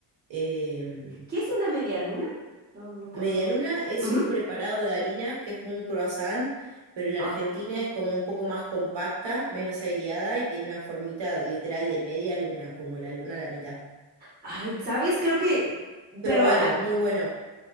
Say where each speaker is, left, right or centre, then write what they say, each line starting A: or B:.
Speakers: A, on the right; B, on the right.
A: Eh,
B: ¿Qué es una media luna? No, no conozco.
A: media luna es
B: Ujú.
A: un preparado de harina que es como un croissant, pero la
B: Ah.
A: Argentina es como un poco más compacta, menos aireada y tiene una formita literal de media luna, como la luna a la mitad.
B: Ay, ¿sabes? Creo que,
A: Probalo,
B: pero a-
A: es muy bueno.